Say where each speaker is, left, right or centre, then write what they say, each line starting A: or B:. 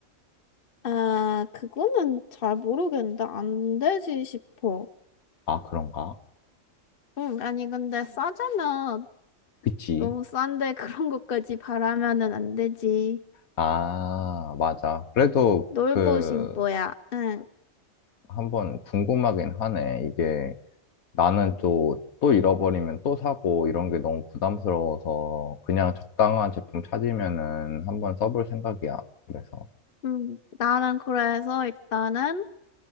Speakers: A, on the left; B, on the left.
A: 아, 그거는 잘 모르겠는데, 안 되지 싶어.
B: 아, 그런가?
A: 응, 아니, 근데 싸잖아.
B: 그치.
A: 너무 싼데 <laughs> 그런 것까지 바라면은 안 되지.
B: 아, 맞아. 그래도
A: 놀부
B: 그
A: 심보야. 응.
B: 한번 궁금하긴 하네. 이게 나는 또, 또 잃어버리면 또 사고 이런 게 너무 부담스러워서 그냥 적당한 제품 찾으면은 한번 써볼 생각이야. 그래서,
A: 음, 나는 그래서 일단은